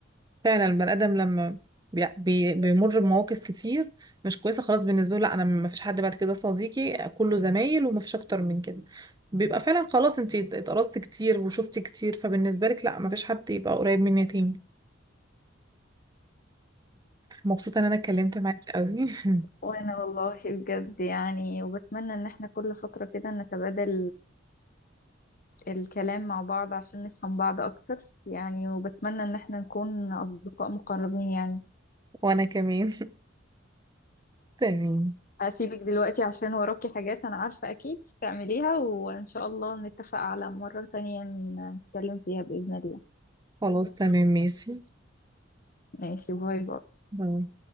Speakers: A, on the right; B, on the left.
A: فعلا البني ادم لما بي- بي- بيمر بمواقف كتير مش كويسه خلاص بالنسبه له لا انا ما فيش حد بعد كده صديقي كله زمايل وما فيش اكتر من كده بيبقى فعلا خلاص انت اتقرصت كتير وشفت كتير فبالنسبه لك لا ما فيش حد يبقى قريب مني تاني مبسوطه ان انا اتكلمت معاك قوي <laughs>
B: وانا والله بجد يعني وبتمنى ان احنا كل فترة كده نتبادل الكلام مع بعض عشان نفهم بعض اكتر يعني وبتمنى ان احنا نكون اصدقاء مقربين يعني
A: وانا كمان <laughs> تمام
B: هسيبك دلوقتي عشان وراكي حاجات انا عارفة اكيد تعمليها وان شاء الله نتفق على مرة تانية نتكلم فيها بإذن الله
A: خلاص تمام ماشي
B: ماشي باي باي
A: باي.